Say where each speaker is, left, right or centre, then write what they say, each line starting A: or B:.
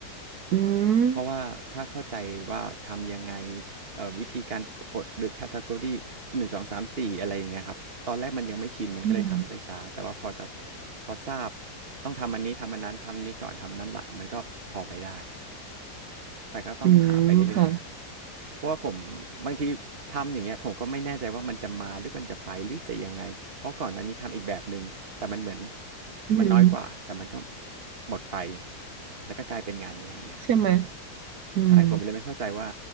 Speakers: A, on the right; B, on the right.
A: อืม
B: เพราะว่าถ้าเข้าใจว่าทำยังไงเอ่อวิธีการกดหรือแคตตากรีหนึ่งสองสามสี่อะไรอย่างเงี้ยครับ ตอนแรกมันยังไม่ชินมันก็เลยทำได้ช้า
A: อืม
B: แต่ว่าพอจะพอทราบต้องทำอันนี้ทำอันนั้นทำนี้ก่อนทำอันนั้นหลังมันก็พอไปได้แต่ก็ต้องหาไปเรื่อยๆครับ
A: อืม ค่ะ
B: เพราะว่าผมบางทีทำอย่างเงี้ยผมก็ไม่แน่ใจว่ามันจะมาหรือมันจะไปหรือจะยังไง เพราะก่อนหน้านี้ทำอีกแบบหนึ่งแต่มันเหมือน
A: อืม
B: มันน้อยกว่าแต่มันก็หมดไปแล้วก็กลายเป็นงานนี้อย่างเงี้ยครับ
A: ใช่ไหม อืม
B: ใช่ผมเลยไม่เข้าใจว่า